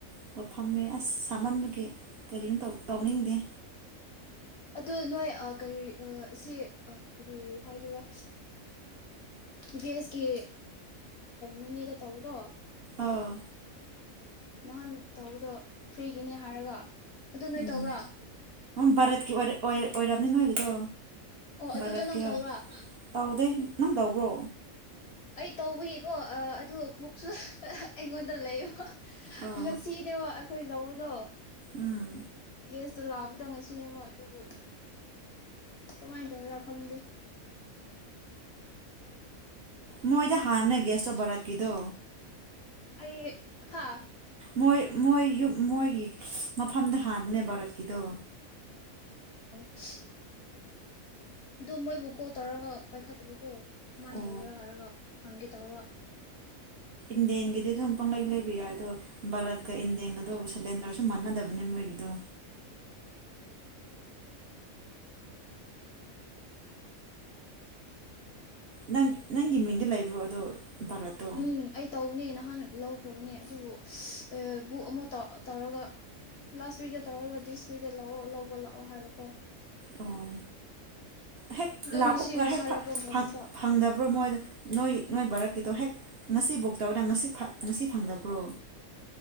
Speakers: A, on the right; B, on the left.
A: ꯑꯃ ꯐꯝꯃꯦ ꯑꯁ ꯁꯥꯃꯟꯕꯒꯤ ꯀꯔꯤꯣ ꯇꯧꯅꯤꯡꯗꯦ
B: ꯑꯗꯨ ꯅꯣꯏ ꯀꯔꯤ ꯁꯤ ꯀꯔꯤ ꯍꯥꯏꯗꯔ ꯒꯦꯁꯀꯤ ꯅꯣꯅꯦꯗ ꯇꯧꯕꯗꯣ
A: ꯑꯥ
B: ꯅꯍꯥꯟ ꯇꯧꯕꯗꯣ ꯐ꯭ꯔꯤꯒꯤꯅꯦ ꯍꯥꯏꯔꯒ ꯑꯗꯨ ꯅꯣꯏ
A: ꯎꯝ
B: ꯇꯧꯕ꯭ꯔꯣ
A: ꯚꯥꯔꯠꯀꯤ ꯑꯣꯏꯔꯕꯅꯤꯅ ꯑꯣꯏꯒꯤꯗꯣ
B: ꯑꯣ ꯑꯗꯨꯗꯣ
A: ꯚꯥꯔꯠꯀꯤꯔꯣ
B: ꯅꯪ ꯇꯧꯕ꯭ꯔꯥ
A: ꯇꯥꯎꯗꯦ ꯅꯪ ꯇꯧꯕ꯭ꯔꯣ
B: ꯑꯩ ꯇꯧꯕꯒꯤꯀꯣ ꯑꯗꯨ ꯕꯨꯛꯁꯨ ꯑꯩꯉꯣꯟꯗ ꯂꯩꯌꯦꯕ
A: ꯑꯥ
B: ꯉꯁꯤꯅꯦꯕ ꯑꯩꯈꯣꯏ ꯂꯧ ꯗꯣ
A: ꯎꯝ
B: ꯦꯁ ꯑꯗꯨ ꯂꯥꯛꯑꯕꯨꯗꯪ ꯉꯁꯤꯅꯦꯕ ꯑꯗꯨꯕꯨ ꯀꯃꯥꯏꯅ ꯇꯧꯔꯥ ꯈꯪꯗꯦ
A: ꯃꯣꯏꯗ ꯍꯥꯡꯅ ꯦꯁꯣ ꯔꯠ ꯀꯤꯗꯣ
B: ꯑꯩ ꯍꯥ
A: ꯃꯣꯏ ꯃꯣꯏ ꯃꯣꯏꯒꯤ ꯃꯐꯝꯗ ꯍꯥꯟꯕꯅꯦ ꯚꯥꯔꯠꯀꯤꯗꯣ
B: ꯎ ꯑꯗꯨ ꯃꯣꯏꯕꯨ ꯀꯣ ꯇꯧꯔꯒ ꯄꯥꯏꯈꯠꯇꯕꯀꯣ ꯀꯃꯥꯏꯅ
A: ꯑꯣ
B: ꯇꯧꯒꯦꯔꯣ ꯍꯥꯏꯔꯒꯣ ꯍꯪꯦ ꯇꯧꯔ ꯋꯥ
A: ꯏꯟꯗꯤꯌꯦꯟꯒꯤꯗꯤ ꯑꯗꯨꯝ ꯄꯨꯡꯂꯩ ꯂꯩꯕ ꯌꯥꯏ ꯑꯗꯣ ꯚꯥꯔꯠꯀ ꯏꯟꯗꯤꯌꯦꯟꯒꯗꯣ ꯁꯂꯦꯟꯗꯔꯁꯨ ꯃꯥꯟꯅꯗꯕꯅꯤ ꯃꯣꯏꯒꯤꯗꯣ ꯅꯪ ꯅꯪꯒꯤ ꯃꯤꯡꯗ ꯂꯩꯕ꯭ꯔꯣ ꯑꯗꯣ ꯚꯥꯔꯠꯇꯣ
B: ꯎꯝ ꯑꯩ ꯇꯧꯕꯅꯦ ꯅꯍꯥꯟ ꯂꯧ ꯐꯈ꯭ꯔꯕꯅꯦ ꯑꯗꯨꯕꯨ ꯕꯨꯛ ꯑꯃꯨꯧ ꯇꯧꯔꯒ ꯂꯥꯁ ꯋꯤꯛꯇ ꯇꯧꯔꯒ ꯗꯤꯁ ꯋꯤꯛꯇ ꯂꯥꯛꯑꯣ ꯂꯧꯕ ꯂꯥꯛꯑꯣ ꯍꯥꯏꯕꯀꯣ
A: ꯑꯣ ꯍꯦꯛ
B: ꯑꯗꯣ
A: ꯂꯥꯄꯨꯒ
B: ꯉꯁꯤ
A: ꯍꯦꯛ
B: ꯍꯥꯏꯔꯛꯄ ꯃꯣꯔꯅꯤꯡꯗ
A: ꯐꯪꯗꯕ꯭ꯔꯣ ꯃꯣꯏꯗ ꯅꯣꯏ ꯅꯣꯏ ꯚꯥꯔꯠꯀꯤꯗꯣ ꯍꯦꯛ ꯉꯁꯤ ꯕꯨꯛ ꯇꯧꯅ ꯉꯁꯤ ꯉꯁꯤ ꯐꯪꯗꯕ꯭ꯔꯣ